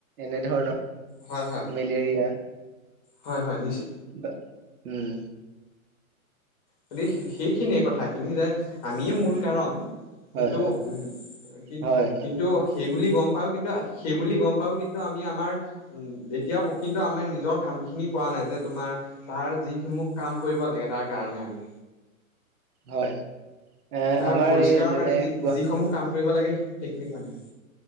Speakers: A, on the right; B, on the left.
A: এনে ধৰণৰ
B: হয় হয়।
A: মেলেৰিয়া।
B: হয় হয় নিছি
A: ত উম।
B: গতিকে সেইখিনিয়ে কথাখিনি যে আমিয়ে মূল কাৰণ। কিন্তু
A: হয় হয়
B: উম কি
A: হয় হয়
B: কিন্তু সেই বুলি গম পাওঁ কিন্তু সেই বুলি গম পাওঁ কিন্তু আমি আমাৰ উম এতিয়াও কিন্তু আমাৰ নিজৰ কামখিনি কৰা নাই যে তোমাৰ তাৰ যিসমূহ কাম কৰিব লাগে তাৰ কাৰণে আমি।
A: হয় এ
B: তাৰ
A: আমাৰ
B: পৰিষ্কাৰৰ
A: এই যেনে
B: কাৰণে যি
A: গুৱাহ
B: যিসমূহ কাম কৰিব লাগে সেইখিনি কৰা নাই।